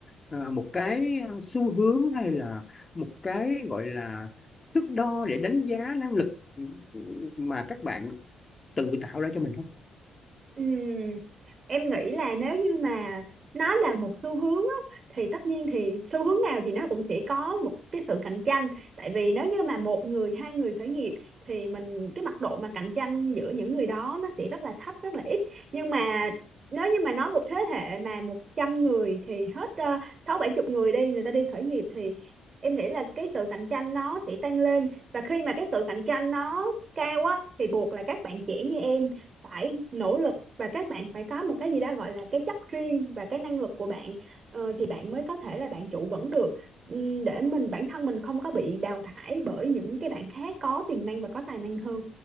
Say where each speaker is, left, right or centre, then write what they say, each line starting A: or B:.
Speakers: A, on the left; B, on the right.
A: ờ, một cái xu hướng hay là một cái gọi là thước đo để đánh giá năng lực mà các bạn tự tạo ra cho mình không
B: Ừm, em nghĩ là nếu như mà nó là một xu hướng á, thì tất nhiên thì xu hướng nào thì nó cũng sẽ có một cái sự cạnh tranh tại vì nếu như mà một người hai người khởi nghiệp thì mình cái mặt độ mà cạnh tranh giữa những người đó nó sẽ rất là thấp rất là ít nhưng mà nếu như mà nói một thế hệ mà 100 người thì hết ờ, sáu bảy chục người đi người ta đi khởi nghiệp thì em nghĩ là cái sự cạnh tranh nó sẽ tăng lên và khi mà cái sự cạnh tranh nó cao á thì buộc là các bạn trẻ như em phải nỗ lực và các bạn phải có một cái gì đó gọi là cái chất riêng và cái năng lực của bạn ờ, thì bạn mới có thể là bạn trụ vững được để mình bản thân mình không có bị đào thải bởi những cái bạn khác có tiềm năng và có tài năng hơn